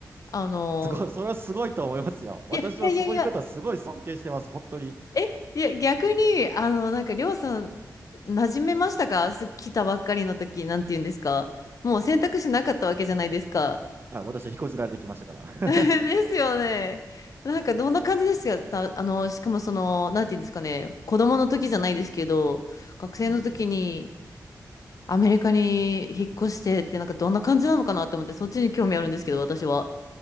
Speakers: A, on the left; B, on the right.
A: あの、
B: すごい、それはすごいと思いますよ。私はそういう方すごい尊敬してます。
A: いやいやいやいや、
B: 本当に。
A: え、いや逆に、あの、なんかりょうさん、馴染めましたかす来たばっかりの時、なんて言うんですかもう選択肢なかったわけじゃないですか。
B: はい。私は引こずられてきましたから。
A: <laughs> ですよね。なんかどんな感じですかた、あの、しかもその、なんていうんですかね、子供の時じゃないですけど、学生の時に
B: <laughs> うん。
A: アメリカに引っ越してって、なんかどんな感じなのかなと思って、そっちに興味あるんですけど、私は。